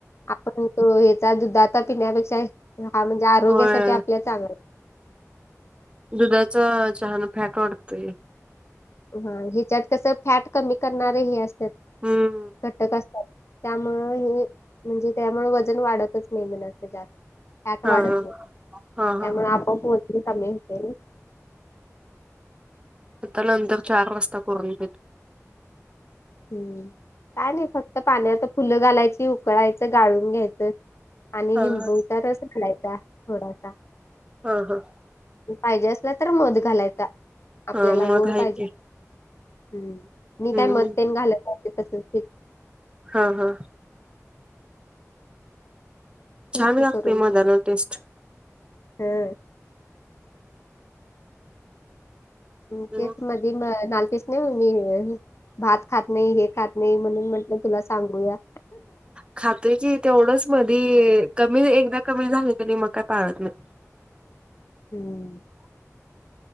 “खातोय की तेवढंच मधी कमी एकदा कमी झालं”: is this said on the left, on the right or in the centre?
Right